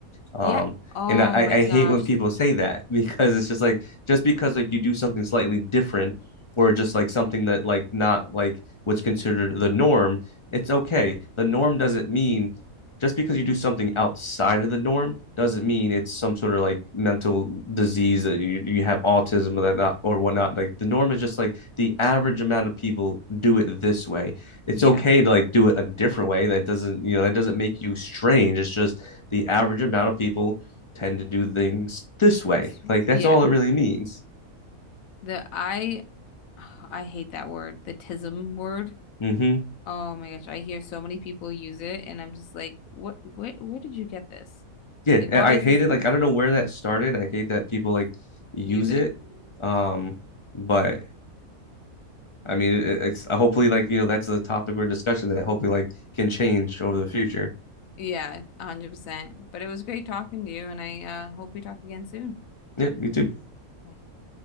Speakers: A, on the left; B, on the left.
A: Um,
B: Yeah. Oh
A: and I,
B: my
A: I
B: gosh.
A: hate when people say that <laughs> because it's just like just because like you do something slightly different or just like something that like not like what's considered the norm, it's okay. The norm doesn't mean just because you do something outside of the norm doesn't mean it's some sort of like mental disease that you, you have autism or that not or whatnot. Like the norm is just like the average amount of people do it this way. It's
B: Yeah.
A: okay to like do it a different way. That doesn't, you know, that doesn't make you strange. It's just the average amount of people tend to do things this way.
B: I s-
A: Like that's
B: yeah.
A: all it really means.
B: The I <sighs> I hate that word, the tism word.
A: hmm
B: Oh my gosh, I hear so many people use it and I'm just like, what where where did you get this?
A: Yeah,
B: Like why
A: I
B: is
A: hate
B: this
A: it. Like I don't know where that started. I hate that people like use
B: use it?
A: it. Um, but I mean, it, it's hopefully like you know that's a topic we discussion that hopefully like can change over the future.
B: Yeah, 100%. But it was great talking to you and I uh hope we talk again soon.
A: Yeah, me too.
B: Bye.